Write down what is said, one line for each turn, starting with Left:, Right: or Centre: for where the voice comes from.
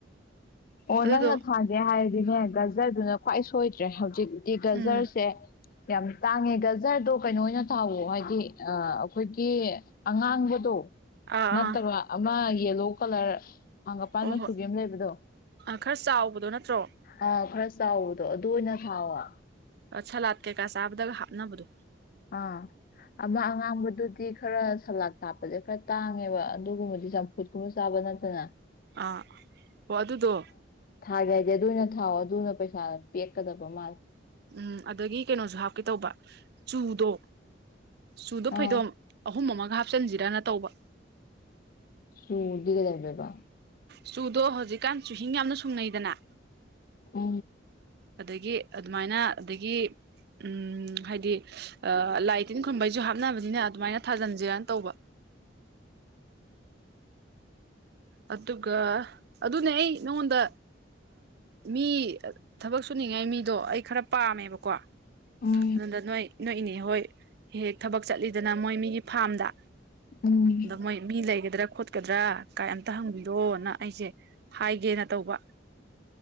Left: ꯑꯣ
Right: ꯑꯗꯨꯗꯣ
Left: ꯅꯪꯅ ꯊꯥꯒꯦ ꯍꯥꯏꯔꯗꯤꯅꯦ ꯒꯖꯔꯗꯨꯅ ꯈ꯭ꯋꯥꯏ ꯁꯣꯏꯗ꯭ꯔꯦ ꯍꯧꯖꯤꯛ ꯒꯥꯖꯔꯁꯦ
Right: ꯎꯝ
Left: ꯌꯥꯝ ꯇꯥꯡꯉꯦ ꯒꯖꯔꯗꯣ ꯀꯩꯅꯣ ꯑꯣꯏꯅ ꯊꯥꯎꯋ ꯍꯥꯏꯗꯤ ꯑꯩꯈꯣꯏꯒꯤ ꯑꯉꯥꯡꯕꯗꯣ
Right: ꯑꯥ
Left: ꯅꯠꯇꯕ
Right: ꯑꯥ
Left: ꯃꯥ ꯌꯦꯂꯣ ꯀꯂꯔ ꯑꯥꯡꯒꯄꯥꯟ
Right: ꯍꯣꯏ
Left: ꯃꯆꯨꯒꯤ
Right: ꯍꯣꯏ
Left: ꯑꯃ ꯂꯩꯕꯗꯣ
Right: ꯑ ꯈꯔ ꯆꯥꯎꯕꯗꯣ ꯅꯠꯇ꯭ꯔꯣ
Left: ꯑꯥ ꯈꯔ ꯆꯥꯎꯕꯗꯣ ꯑꯗꯨ ꯑꯣꯏꯅ ꯊꯥꯎꯕ
Right: ꯑ ꯁꯂꯥꯠ ꯀꯩꯀꯥ ꯆꯕꯗꯒ ꯍꯞꯅꯕꯗꯨ
Left: ꯑꯥ ꯑꯃ ꯑꯉꯥꯡꯕꯗꯨꯗꯤ ꯈꯔ ꯁꯂꯥꯗ ꯍꯥꯞꯄꯁꯦ ꯈꯔ ꯇꯥꯡꯉꯦꯕ ꯑꯗꯨꯒꯨꯝꯕꯗꯤ ꯆꯝꯐꯨꯠꯀꯨꯝꯕ ꯆꯥꯕ ꯅꯠꯇ ꯑ
Right: ꯑ ꯑꯗꯨꯗꯣ
Left: ꯊꯥꯒꯦ ꯍꯥꯏꯗꯤ ꯑꯗꯨꯅ ꯊꯥꯑꯣ ꯑꯗꯨꯅ ꯄꯩꯁꯥ ꯄꯦꯛꯀꯗꯕ ꯃꯥꯜꯂꯦ
Right: ꯎꯝ ꯑꯗꯒꯤ ꯀꯩꯅꯣꯁꯨ ꯍꯥꯞꯀꯦ ꯇꯧꯕ ꯆꯨꯗꯣ ꯆꯨꯗꯣ ꯐꯩꯗꯣꯝ
Left: ꯑꯥ
Right: ꯑꯍꯨꯝ ꯑꯃ ꯍꯥꯞꯆꯤꯟꯁꯤꯔꯅ ꯇꯧꯕ
Left: ꯆꯨꯗꯤ ꯀꯩꯗꯧ ꯗꯣꯏꯕ
Right: ꯆꯨꯗꯣ ꯍꯧꯖꯤꯛꯀꯥꯟ ꯆꯨꯍꯤꯡ ꯌꯥꯝꯅ ꯁꯨꯡꯅꯩꯗꯅ
Left: ꯑ
Right: ꯑꯗꯒꯤ ꯑꯗꯨꯃꯥꯏꯅ ꯑꯗꯒꯤ ꯎꯝ ꯍꯥꯏꯗꯤ ꯂꯥꯏ ꯇꯤꯟ ꯈꯨꯝꯕꯩꯁꯨ ꯍꯥꯞꯅꯕꯅꯤꯅ ꯑꯗꯨꯃꯥꯏꯅ ꯊꯥꯖꯤꯟꯁꯤꯔꯅ ꯇꯧꯕ ꯑꯗꯨꯒ ꯑꯗꯨꯅꯦ ꯑꯩ ꯅꯉꯣꯟꯗ ꯃꯤ ꯊꯕꯛ ꯁꯨꯅꯤꯡꯉꯥꯏ ꯃꯤꯗꯣ ꯑꯩ ꯈꯔ ꯄꯥꯝꯃꯦꯕꯀꯣ
Left: ꯎꯝ
Right: ꯑꯅꯗ ꯅꯣꯏ ꯅꯣꯏ ꯏꯅꯦ ꯍꯣꯏ ꯍꯦꯛ ꯍꯦꯛ ꯊꯕꯛ ꯆꯠꯂꯤꯗꯅ ꯃꯣꯏ ꯃꯤꯒꯤ ꯐꯥꯔꯝꯗ
Left: ꯎꯝ
Right: ꯑꯗ ꯃꯣꯏ ꯃꯤ ꯂꯩꯒꯗ꯭ꯔꯥ ꯀꯗ꯭ꯔꯥꯛ ꯀꯩꯝꯇ ꯍꯪꯕꯤꯔꯣꯅ ꯑꯩꯁꯦ ꯍꯥꯏꯒꯦꯅ ꯇꯧꯕ